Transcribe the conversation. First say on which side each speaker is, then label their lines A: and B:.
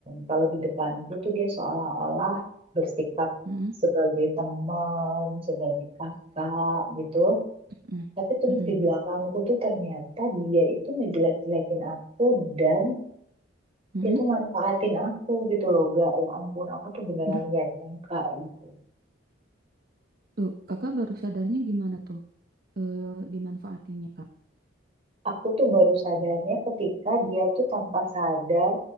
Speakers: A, on the right; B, on the right.
A: kalau di depanku tuh dia seolah-olah bersikap
B: Mm-mm.
A: sebagai teman, sebagai kakak gitu.
B: Mm-mm.
A: Tapi terus
B: Mm-mm.
A: di belakangku tuh ternyata dia itu ngejelek-jelekin aku dan
B: Mm-mm.
A: dia tuh manfaatin aku gitu loh gak. Ya ampun aku tuh beneran
B: Aduh,
A: gak nyangka gitu.
B: tuh kakak baru sadarnya gimana tuh? Eh, dimanfaatinnya kak?
A: Aku tuh baru sadarnya ketika dia tuh tanpa sadar